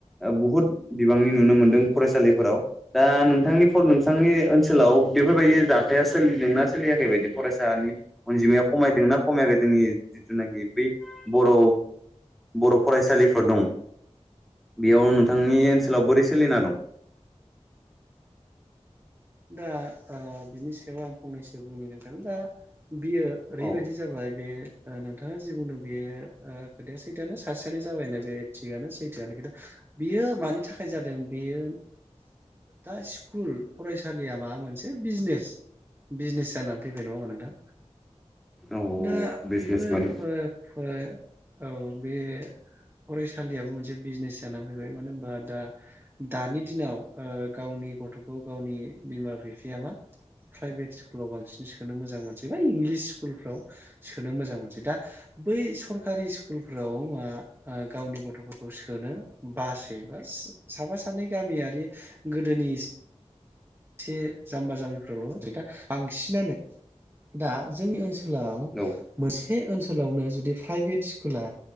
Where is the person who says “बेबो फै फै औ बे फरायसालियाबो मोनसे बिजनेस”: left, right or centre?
Right